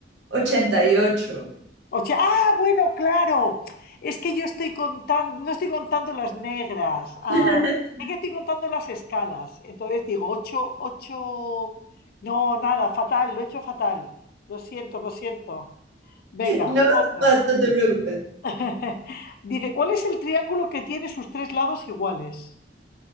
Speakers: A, on the right; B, on the left.
A: 88.
B: O sea, ah, bueno, claro. Es que yo estoy contando, no estoy contando las negras. Ah,
A: <laughs>
B: es que estoy contando las escalas. Entonces digo, 8, 8. No, nada, fatal, lo he hecho fatal. Lo siento, lo siento. Venga,
A: No,
B: otra.
A: no, no te preocupes.
B: <laughs> Dice, ¿cuál es el triángulo que tiene sus tres lados iguales?